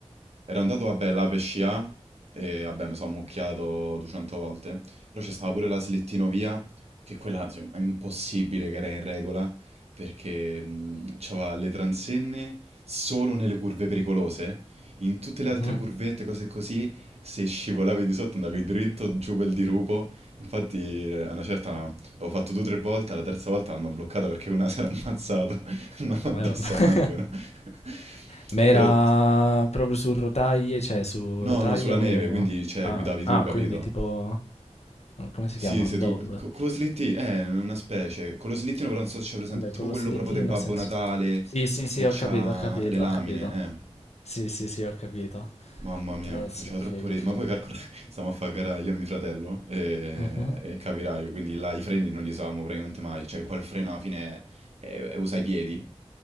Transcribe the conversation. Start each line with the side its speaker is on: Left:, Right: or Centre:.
Right: Ero andato, vabbè, là per scià, e vabbè, mi sono ammucchiato 200 volte. Però c'è stata pure la slittinovia, che quella, cioè, è impossibile che era in regola, perché mh, c'aveva le transenne solo nelle curve pericolose. In tutte le altre
Left: Mhm.
Right: curvette, cose così, se scivolavi di sotto andavi dritto giù per il dirupo. Infatti, eh, a una certa L'ho fatto due o tre volte, la terza volta l'hanno bloccata perché una <laughs> si era ammazzato, <laughs> non addosso
Left: Eh, vabbè.
Right: a un albero. <laughs>
Left: Ma era
Right: Però,
Left: proprio su rotaie, cioè su
Right: no,
Left: rotaia
Right: no, sulla neve,
Left: o...
Right: quindi, cioè,
Left: Ah,
Right: guidavi
Left: ah,
Right: tu, capito?
Left: quindi tipo... Come si
Right: Sì,
Left: chiama?
Right: sei
Left: Bob.
Right: tu. Co- con lo slittino, eh, una specie. Con lo slittino però non so se c'è presente,
Left: Vabbè,
Right: tipo
Left: con
Right: quello
Left: lo slittino
Right: proprio del Babbo
Left: senza...
Right: Natale,
Left: Sì, sì, sì,
Right: che
Left: ho
Right: c'ha
Left: capito, ho capito,
Right: le lamine,
Left: ho capito.
Right: eh.
Left: Sì, sì, sì, ho capito.
Right: Mamma mia,
Left: Eh
Right: faceva
Left: sì, figo,
Right: troppo ridere.
Left: figo.
Right: Ma poi calcolo, <laughs> stiamo a fare gara io e mio fratello e,
Left: Mhm,
Right: e capirai, quindi là i freni non li usavamo praticamente mai, cioè poi il freno alla fine è, è- usa i piedi.